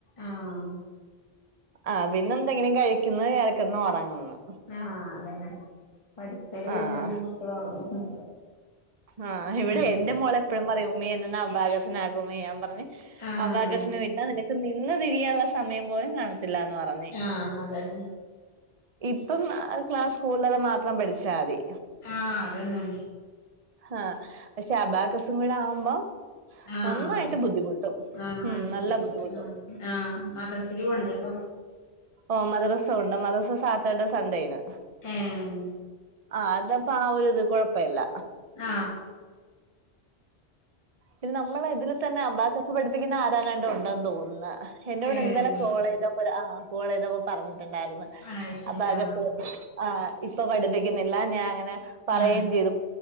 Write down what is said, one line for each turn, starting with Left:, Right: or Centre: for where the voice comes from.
Left: ആഹ്
Right: ആഹ് പിന്നെന്താ കഴിക്കന്ന് കേറികെടന്ന് ഉറങ്ങന്ന്
Left: ആഹ് അതന്നെ പടിത്തല് കഴിഞ്ഞ
Right: ആഹ്
Left: പിന്നെ മക്കൾ ഒറങ്ങും
Right: ആഹ് ഇവിടെ
Left: ഉം
Right: എന്റെ മോളെപ്പോഴും പറയും ഉമ്മി എന്നാ ഒന്ന് അബാക്കസ് ആകും ഉമ്മി ഞാൻ പറഞ്ഞു
Left: ആഹ്
Right: അബക്കാസിനു വീട്ടാ നിനക്ക് നിന്ന് തിരിയാനുള്ള സമയം പോലും കാണത്തില്ല എന്ന് പറഞ്ഞു
Left: ആഹ് അതന്നെ
Right: ഇപ്പം ആഹ് ക്ലാസ്സ് സ്കൂളിലത് മാത്രം പഠിച്ചാതി
Left: ആ അതന്നെ.
Right: ആഹ് പക്ഷെ അബാകസും കൂടെ ആവുമ്പം.
Left: ആഹ്
Right: നന്നായിട്ട് ബുദ്ധിമുട്ടും
Left: നന്നായിട്ട്
Right: ഉം നല്ല
Left: ബുദ്ധിമുട്ട്
Right: ബുദ്ധിമുട്ടും
Left: ആഹ് ആഹ് മദ്രസൽ പോണില്ലേ അപ്പൊ
Right: ഓ മദ്രസ ഉണ്ട് മദ്രസ സാറ്റർഡേ സൺഡേ ആണ്
Left: ഏഹ്
Right: ആഹ് അതപ്പൊ ആഹ് ഒരു ഇത് കുഴപ്പല്ല
Left: ആ
Right: പിന്നെ നമ്മളെ ഇതിൽ തന്നെ അബാക്കസ് പഠിപ്പിക്കുന്ന ആരാണ് ഉണ്ടെന്ന് തോന്നന്ന് എന്നോട്
Left: ഏഹ്
Right: ഇന്നലെ കോൾ ചെയ്തപ്പോ ആ കോൾ ചെയ്തപ്പോ പറഞ്ഞിട്ടുണ്ടായിരുന്നു.
Left: അത് ശരി
Right: അബാക്കസ്
Left: ആഹ്
Right: ആ ഇപ്പൊ പഠിപ്പിക്കുന്നില്ല ഞാൻ അങ്ങനെ പറയെം
Left: ഉം
Right: ചെയ്തു